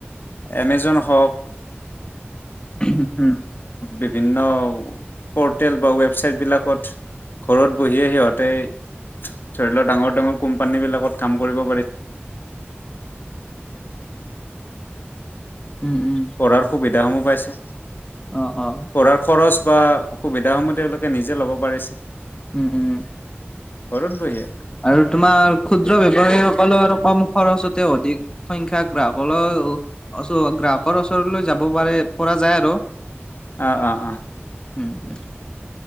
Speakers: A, on the left; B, on the left.
A: এমেজোন হ
B: উম
A: বিভিন্ন পৰ্টেল বা ৱেবচাইটবিলাকত ঘৰত বহিয়ে সিহতে ধৰি লও ডাঙৰ ডাঙৰ কোম্পানী বিলাকত কাম কৰতে
B: উম উম
A: পঢ়াৰ সুবিধা পাইছে
B: অ -অ
A: পঢ়াৰ খৰচ সুবিধাসমূহ তেওঁলোকে নিজে ল'ব পাৰিছে
B: উম -উম
A: ঘৰত বহিয়ে
B: আৰু তোমাৰ ক্ষুদ্ৰ বেৱসায়ীসকলৰ আৰু কম খৰচতে অধিক সংখ্যা গ্ৰাহকৰৰও গ্ৰাহকৰ ওচৰলৈ যাব পাৰে পৰা যায় আৰু।
A: অ- অ- অ
B: উম <inaudible>